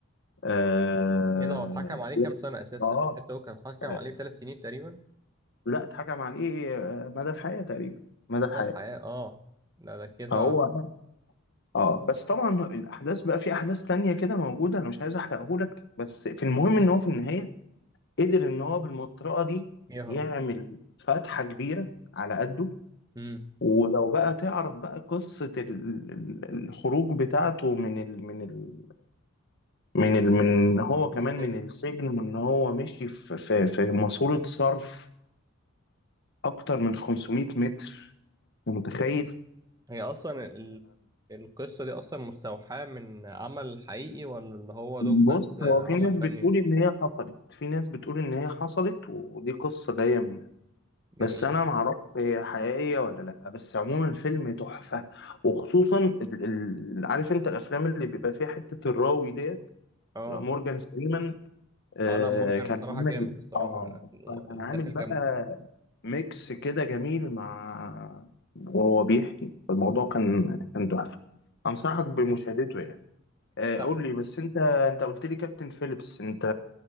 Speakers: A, on the left; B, on the right.
A: آه
B: ايه ده هو اتحكم عليه كام سنة أساسا
A: آه
B: مش انت هو كان اتحكم
A: آه،
B: عليه بثلاث سنين تقريبا
A: لا اتحكم عليه آه، مدى الحياة تقريبا مدى
B: مدى
A: الحياة
B: الحياة اه ده ده كده
A: فهو
B: عشان
A: اه بس طبعا الاحداث بقى في احداث تانية كده موجوده انا مش عايز احرقهولك بس في المهم ان هو في النهايه قدر ان هو بالمطرقه دي
B: يهرب
A: يعمل فتحه كبيره على قده
B: امم
A: ولو بقى تعرف بقى قصه ال- ال- الخروج بتاعته من ال من ال من ال من هو
B: من
A: كمان
B: السجن
A: من السجن وان هو مشي في في في ماسوره صرف اكتر من 500 متر أنت متخيل
B: هي اصلا ال... القصة دي اصلا مستوحاة من عمل حقيقي ولا اللي هو
A: بص
B: دوك بس آه،
A: هو
B: عمل
A: في ناس بتقول
B: فني
A: ان هي حصلت في ناس بتقول ان هي حصلت ودي قصه جايه منها
B: جميل
A: بس انا معرفش هي حقيقيه ولا لا بس عموما الفيلم تحفه وخصوصا ال... ال... عارف انت الافلام اللي بيبقى فيها حته الراوي ديت
B: اه
A: مورجان فريمان آه
B: اه لا مورجان
A: كان
B: الصراحة
A: عامل
B: جامد الصراحة
A: اه
B: من الأف-
A: كان
B: الناس
A: عامل
B: الجامدة
A: بقى ميكس كده جميل مع وهو بيحكي الموضوع كان كان تحفه انصحك
B: مم.
A: بمشاهدته يعني آه،
B: لا
A: قول لي بس انت انت قلت لي كابتن فيليبس انت